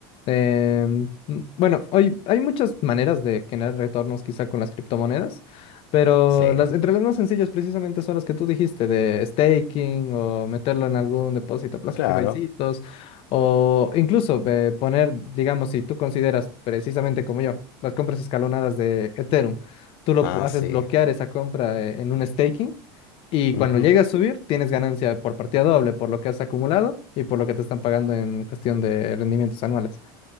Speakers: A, on the left (about 50°); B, on the left (about 75°).
A: Eh, m- bueno, hoy hay muchas maneras de generar retornos quizá con las criptomonedas, pero
B: Sí,
A: las, entre las más sencillas precisamente son las que tú dijiste, de staking o meterlo en algún depósito a plazo
B: claro.
A: fijo y citos, o incluso eh, poner, digamos, si tú consideras precisamente como yo, las compras escalonadas de Ethereum, tú lo
B: Ah,
A: pu- haces
B: sí.
A: bloquear esa compra eh, en un staking. Y
B: Ujú.
A: cuando llegue a subir, tienes ganancia por partida doble, por lo que has acumulado y por lo que te están pagando en cuestión de rendimientos anuales.